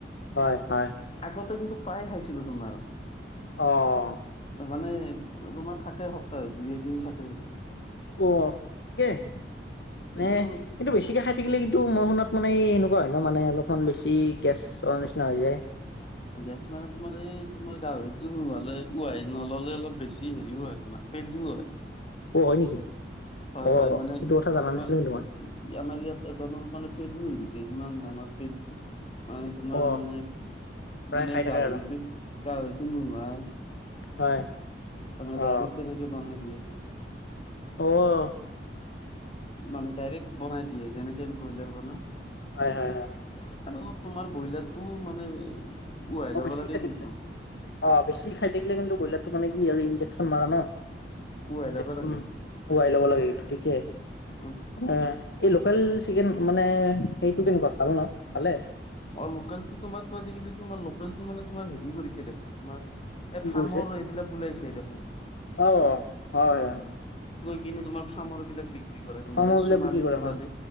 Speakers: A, on the left; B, on the left.
A: হয় হয়।
B: আগতে কিন্তু প্ৰায়ে খাইছিলো তোমাৰ।
A: অহ
B: মানে তোমাৰ থাকে সপ্তাহত দুই এদিন থাকে।
A: অ ঠিকেই মানে
B: কিন্তু
A: কিন্তু বেছিকে খাই থাকিলে কিন্তু মই শুনাত মানে এনেকুৱা হয় ন মানে অলপমান বেছি গেছ নিচিনা হৈ যায়।
B: গেছ মানে তোমাৰ এই তোমাৰ গাহৰিতো নোহালে ৱাই নল'লে অলপ বেছি হেৰিও হয় তাৰ। শ হয় <inaudible>
A: অ হয় নেকি।
B: হয়
A: অ
B: হয় মানে
A: এইটো কথা জানা
B: আমাৰ
A: নাছিলো কিন্তু মই
B: আমাৰ ইয়াত এজনৰ মানে পেলু হৈ গৈছে ইমান ডাঙৰ পেলু। মানে তোমাৰ
A: অ
B: মানে
A: প্ৰায়
B: মানে
A: খাই থাকে
B: গাহৰিটো
A: আৰু
B: গাহৰিটো নু ভ।
A: হয়।
B: তে
A: অ
B: ডাইৰেক্ট তেনেকে বনাই দিয়ে।
A: অহ
B: মানে ডাইৰেক্ট বনাই দিয়ে যেনেকে আমি ব্ৰইলাৰ বনাওঁ।
A: হয় হয় হয়
B: আৰু তোমাৰ ব্ৰইলাৰটো মানে উহাই
A: অ
B: ল'ব
A: বেছি
B: লাগে
A: খাই থাকিলে
B: কিন্তু
A: অ বেছি খাই থাকিলে কিন্তু ব্ৰইলাৰটো মানে কি আৰু ইনজেকচন মাৰা ন।
B: উহাই
A: <inaudible>
B: ল'ব
A: দেচোন
B: লাগে।
A: উবাই লব লাগে একটো ঠিকেই
B: উম,
A: এ এই লোকেল চিকেন মানে সেইটো কেনেকুৱা ভাল ন। ভালে
B: অ লোকেলটো তোমাৰো আজিকালি তোমাৰ লোকেলটো মানে তোমাৰ হেৰি কৰিছে দেখোন। তোমাৰ
A: কি
B: এই ফাৰ্মৰ
A: কৰিছে
B: এইবিলাক ওলাইছে দেখোন।
A: অ হয় হয়।
B: কিন্তু তোমাৰ ফাৰ্মৰ বিলাক বি কি কৰে
A: ফাৰ্মৰ
B: তোমাৰ এই
A: বিলাক
B: সোণালী
A: বিক্ৰী কৰে
B: তোলালি,
A: হয়